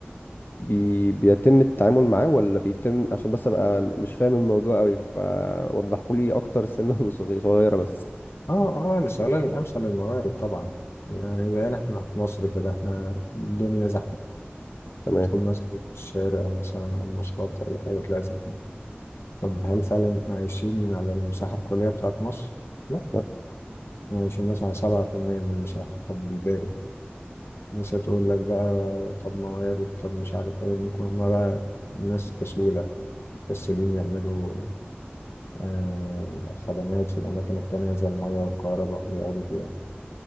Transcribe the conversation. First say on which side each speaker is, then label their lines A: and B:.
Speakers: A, on the left (about 55°); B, on the left (about 85°).
A: بي بيتم التعامل معاه ولا بيتم عشان بس ابقى مش فاهم الموضوع قوي فوضحوا لي اكتر سنة <laughs> وصغي- صغيرة بس
B: آه آه الاستغلال الأمثل للموارد طبعا يعني بقينا إحنا في مصر كده إحنا الدنيا زحمة
A: تمام
B: تدخل مثلا الشارع مثلا أو المواصلات أو أي حاجة تلاقي زحمة طب هل فعلا إحنا عايشين على المساحة الكلية بتاعت مصر؟ لا
A: لا،
B: إحنا عايشين مثلا على 7% من المساحة طب الباقي مش هتقول لك بقى طب موارد طب مش عارف ايه ممكن هما بقى ناس كسولة كسولين يعملوا آه، خدمات في الأماكن التانية زي المية والكهرباء ويقعدوا فيها